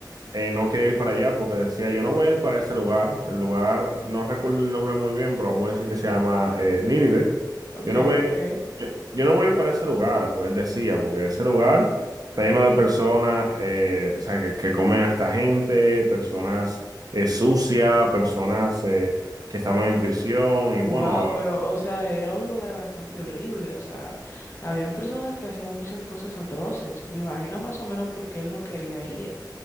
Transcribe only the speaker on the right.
eh, no quería ir para allá porque decía, yo no voy a ir para ese lugar. El lugar, no recuerdo el nombre muy bien, pero vamos a decir que se llama eh, Nínive.
Yo no voy a
ir, yo yo no voy a ir para ese lugar, pues decía, porque ese lugar está lleno de personas, eh, o sea, que, que comen a esta gente, personas eh, sucias, personas eh, que estaban en prisión y
bueno,